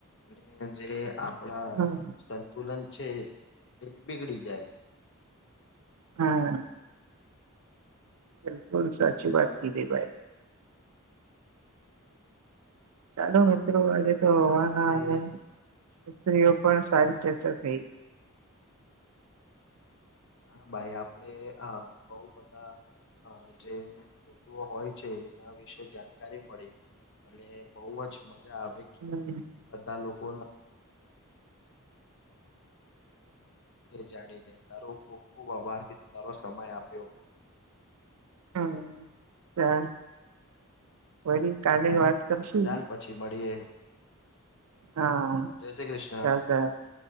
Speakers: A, on the left (about 55°); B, on the right (about 80°).
A: અને જે આપડા
B: હમ
A: સંતુલન છે એ બિગડી જાય
B: હા. બિલકુલ સાચી વાત કીધઈ ભાઈ. ચાલો મિત્રો
A: હમ
B: આજે તો હવાના
A: આપડે
B: એઓ <unintelligible> પણ સારી ચર્ચા થઈ
A: હા ભાઈ આપડે આ બહુ બધા અ જે ઋતુઓ હોય છે એના વિશે જાણકારી મળી અને બહુ જ મજા આવે
B: હમ
A: બધા લોકો જાણીને તો <unintelligible> કો ખૂબ આભાર કી તારો સમય આપ્યો
B: હમ ચાલ વરી કાલે વાત કરશું
A: ચાલ પછી મળીએ.
B: હા
A: જય શ્રી કૃષ્ણ
B: ચાલ ચાલ